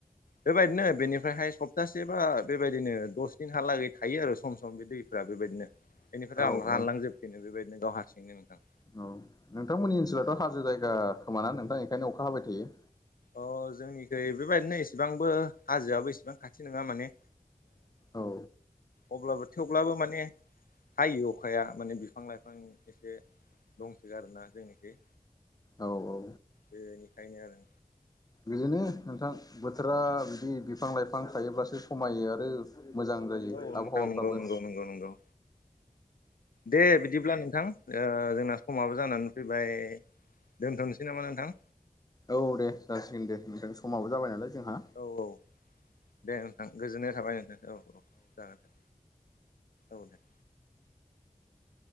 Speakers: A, on the left (about 80°); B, on the left (about 25°).
A: बेबायदिनो बेनिफ्रायहाय सप्तासे बा बेबायदिनो दस दिनहालागै थायो आरो सम सम बे दै फोरा बेबायदिनो। बेनिफ्राय
B: औ औ
A: आं रानलांजोबफिनो बेबायदिनो गाव हारसिंनो नोंथां।
B: औ नोंथांमोननि ओनसोलाथ' हाजो जायगा खोमाना नोंथां बिनिखायनो अखा हाबाय थायो।
A: अ जोंनिखै बेबायदिनो इसिबांबो हाजोआबो इसेबां खाथि नङा माने।
B: औ।
A: अब्लाबो थेवब्लाबो माने हायो अखाया माने बिफां लाइफां एसे दंथयो आरोना जोंनिखै।
B: औ औ।
A: बेनिखायनो आरो।
B: बिदिनो नोंथां बोथोरा बिदि बिफां लाइफां थायोब्लासो समायो आरो मोजां जायो
A: औ नोंथां
B: आबहावाफ्राबो।
A: नंगौ नंगौ नंगौ नंगौ दे बिदिब्ला नोंथां। जोंना समाबो जानानै फैबाय दोनथ'नोसै नामा नोंथां?
B: औ दे जासिगोन दे नोंथां समाबो जाबाय नालाय जोंहा।
A: ओ औ औ दे नोंथां गोजोननाय थाबाय नोंथां औ औ जागोन दे औ दे।